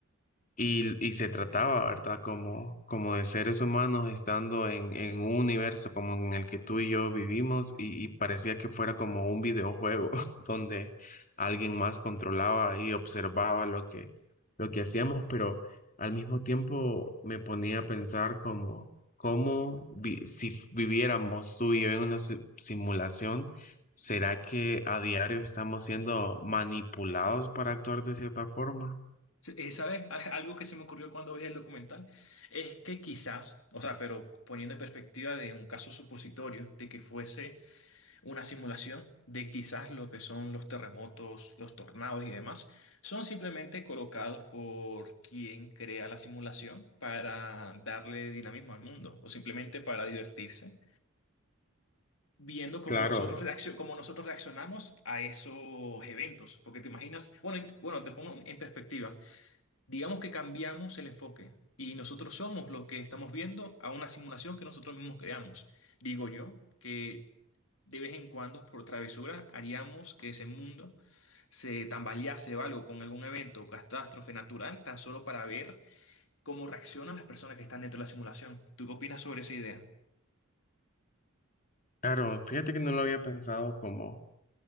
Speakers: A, on the left; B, on the left.
A: Y, y se trataba, ¿verdad? Como, como de seres humanos estando en, en un universo como en el que tú y yo vivimos y, y parecía que fuera como un videojuego <laughs> donde alguien más controlaba y observaba lo que, lo que hacíamos, pero al mismo tiempo me ponía a pensar como, cómo vi- si f- viviéramos tú y yo en una si- simulación, ¿será que a diario estamos siendo manipulados para actuar de cierta forma?
B: S- eh, ¿Sabes? <laughs> Algo que se me ocurrió cuando vi el documental es que quizás, o sea, pero poniendo en perspectiva de un caso supositorio, de que fuese una simulación, de quizás lo que son los terremotos, los tornados y demás, son simplemente colocados por quien crea la simulación para darle dinamismo al mundo o simplemente para divertirse viendo cómo
A: Claro,
B: nosotros reaccio- cómo nosotros reaccionamos a esos eventos. Porque te imaginas, bueno, en- bueno, te pongo en perspectiva. Digamos que cambiamos el enfoque y nosotros somos los que estamos viendo a una simulación que nosotros mismos creamos. Digo yo que de vez en cuando, por travesura, haríamos que ese mundo se tambalease o algo con algún evento o catástrofe natural, tan solo para ver cómo reaccionan las personas que están dentro de la simulación. ¿Tú qué opinas sobre esa idea?
A: Claro, fíjate que no lo había pensado como,